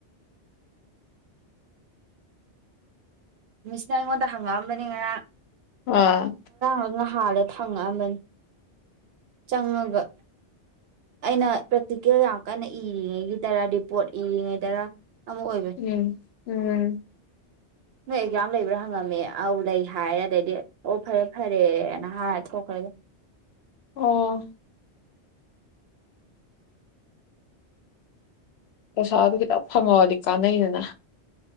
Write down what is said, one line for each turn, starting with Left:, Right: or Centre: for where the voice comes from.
Right: ꯃꯤꯁꯅ ꯑꯩꯉꯣꯟꯗ ꯍꯪꯉꯛꯑꯝꯕꯅꯤ ꯉꯔꯥꯡ
Left: ꯑꯥ
Right: ꯑ ꯉꫪꯥꯡ ꯂꯣ ꯊꯥꯗ ꯊꯪꯉꯛꯑꯝꯕꯅꯤ ꯆꯪꯉꯒ ꯑꯩꯅ ꯄ꯭ꯔꯦꯛꯇꯤꯀꯦꯜ ꯌꯥꯝ ꯀꯟꯅ ꯏꯔꯤꯉꯩꯒꯤꯗꯔ ꯔꯤꯄꯣꯔꯠ ꯏꯔꯤꯉꯩꯗꯔ ꯑꯃ ꯑꯣꯏꯕꯅꯦ
Left: ꯎꯝ ꯎꯝ
Right: ꯅꯣꯏ ꯑꯦꯛꯖꯥꯝ ꯂꯩꯕ꯭ꯔꯥ ꯍꯪꯉꯝꯃꯤ ꯑ ꯂꯩ ꯍꯥꯏꯔꯦ ꯑꯗꯩꯗꯤ ꯑꯣ ꯐꯔꯦ ꯐꯔꯦꯅ ꯍꯥꯏꯔ ꯊꯣꯛꯈ꯭ꯔꯦ ꯗꯨꯝ
Left: ꯑꯣ ꯄꯩꯁꯥ ꯑꯗꯨ ꯈꯤꯇꯪ ꯐꯪꯉꯛꯑꯗꯤ ꯀꯥꯟꯅꯩꯗꯅ